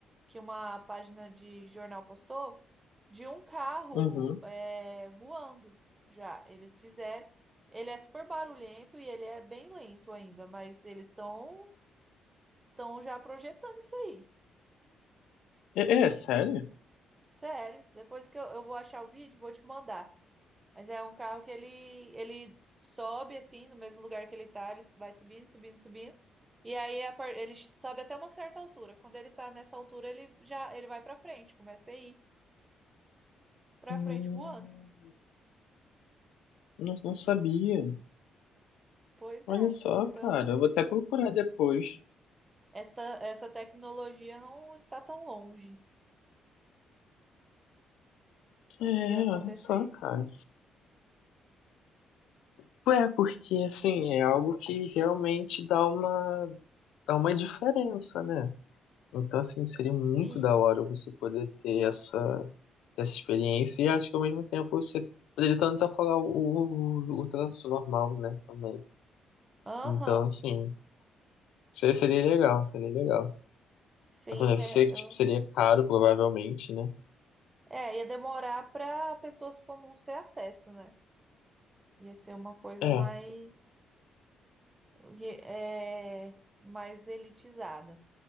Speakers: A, on the right; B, on the left.
A: que uma página de jornal postou de um carro
B: Uhum.
A: é, voando já. Eles fizeram. Ele é super barulhento e ele é bem lento ainda, mas eles estão estão já projetando isso aí.
B: É, é, sério?
A: Sério. Depois que eu, eu vou achar o vídeo, vou te mandar. Mas é um carro que ele, ele sobe assim, no mesmo lugar que ele tá, ele vai subindo, subindo, subindo. E aí a par- ele sobe até uma certa altura. Quando ele tá nessa altura, ele já ele vai pra frente, começa a ir pra
B: Hum,
A: frente voando.
B: não, não sabia.
A: Pois
B: Olha
A: é.
B: só,
A: Então,
B: cara. Eu vou até procurar depois.
A: esta, essa tecnologia não está tão longe
B: É,
A: de acontecer.
B: olha só, cara. Tipo, É, porque assim, é algo que realmente dá uma, dá uma diferença, né? Então, assim, seria muito
A: Sim.
B: da hora você poder ter essa, ter essa experiência e acho que ao mesmo tempo você poderia tanto desafogar o, o, o trânsito normal, né? Também.
A: Aham.
B: Então, assim, se- seria legal, seria legal.
A: Sim,
B: Mas, mano, Eu sei
A: é,
B: que,
A: eu-
B: tipo, seria caro, provavelmente, né?
A: é, ia demorar para pessoas comuns ter acesso, né? Ia ser uma coisa
B: É.
A: mais E É mais elitizado,